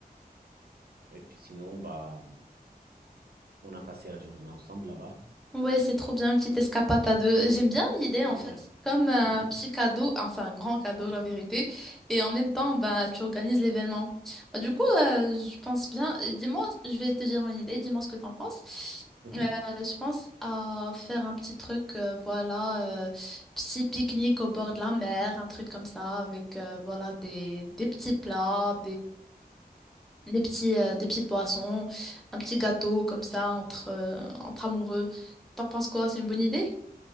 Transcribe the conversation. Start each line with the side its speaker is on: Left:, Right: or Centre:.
Right: Et puis sinon, bah, on a passé la journée ensemble là-bas.
Centre: Ouais, c'est trop bien, une petite escapade à deux. J'aime bien l'idée,
Right: Ouais.
Centre: en fait. C'est Comme un
Right: Mhm.
Centre: petit cadeau, enfin un grand cadeau, la vérité. Et en même temps, bah, tu organises l'événement. Bah, du coup, euh, je pense bien. euh, Dis-moi, je vais te dire une idée, dis-moi ce que t'en penses.
Right: Mhm.
Centre: Euh, je pense à faire un petit truc, euh, voilà, euh, petit pique-nique au bord de la mer, un truc comme ça, avec, euh, voilà, des, des petits plats, des petits, euh, des petites boissons, un petit gâteau comme ça entre, euh, entre amoureux. T'en penses quoi? C'est une bonne idée?